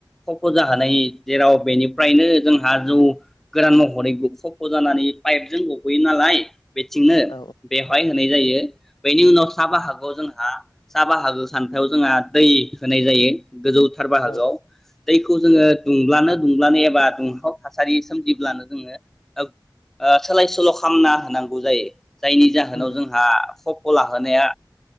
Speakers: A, in the centre; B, on the left.
A: खफ' जाहोनाय
B: औ
A: जेराव बेनिफ्रायनो जोंहा जौ गोरान महरै खफ' जानानै पाइपजों गहैयो नालाय। बेथिंनो
B: औ
A: बेवहाय होनाय जायो बेनि उनाव साहा बाहागोआव जोंहा साहा बाहागो सानथायाव जोंहा दै होनाय जायो। गोजौथार बाहागोआव
B: औ
A: दैखौ जोङो दुंब्लानो दुंब्लानो एबा दुंहाव थासारि सोमजिब्लानो जोङो ओ सोलाय सोल' खालामना होनांगौ बुजायो जायनि
B: उम
A: जाहोनाव
B: उम
A: जोंहा खफ'खौ लाहोनाया